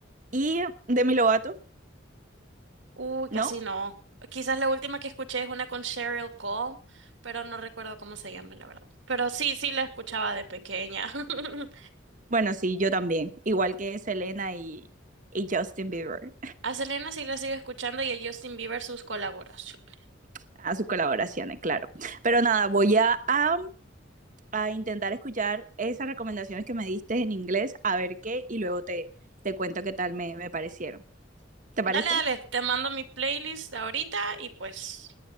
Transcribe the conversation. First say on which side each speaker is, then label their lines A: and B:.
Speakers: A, on the right; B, on the right.
A: Y Demi Lovato,
B: Uy,
A: ¿no?
B: casi no. Quizás la última que escuché es una con Cheryl Cole, pero no recuerdo cómo se llama, la verdad. Pero sí, sí la escuchaba de pequeña. <laughs>
A: Bueno, sí, yo también. Igual que Selena y, y Justin Bieber,
B: A Selena sí la sigo escuchando y a Justin Bieber sus colaboraciones.
A: <laughs> a sus colaboraciones, claro. Pero nada, voy a, a, a intentar escuchar esas recomendaciones que me diste en inglés, a ver qué, y luego te, te cuento qué tal me, me parecieron. ¿Te parece?
B: Dale, dale, te mando mi playlist ahorita y pues.